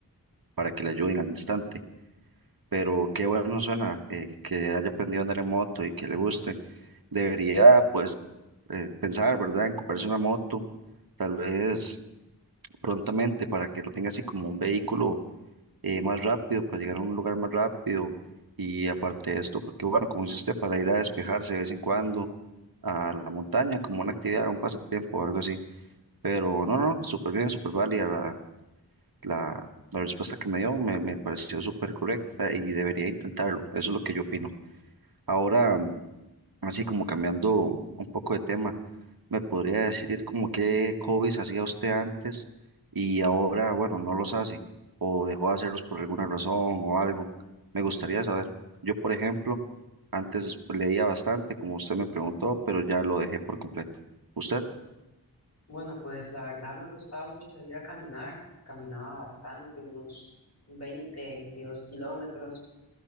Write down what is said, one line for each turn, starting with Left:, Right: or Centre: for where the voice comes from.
Right: para que le ayuden al instante. pero qué bueno suena eh, que haya aprendido a andar en moto y que le guste. Debería, pues, eh, pensar, ¿verdad?, en comprarse una moto, tal vez prontamente, para que lo tenga así como un vehículo eh, más rápido, para llegar a un lugar más rápido. Y aparte de esto, porque bueno, como dice usted, para ir a despejarse de vez en cuando a la montaña, como una actividad, un pasatiempo o algo así. Pero no, no, súper bien, súper válida la, la respuesta que me dio me, me pareció súper correcta y debería intentarlo. Eso es lo que yo opino. Ahora, mm, así como cambiando un poco de tema, ¿me podría decir como qué hobbies hacía usted antes y ahora, bueno, no los hace o dejó de hacerlos por alguna razón o algo? Me gustaría saber. Yo, por ejemplo, antes leía bastante, como usted me preguntó, pero ya lo dejé por completo. ¿Usted?
Left: Bueno, pues la verdad me gustaba mucho salir a caminar. Caminaba bastante, unos 20, 22 kilómetros.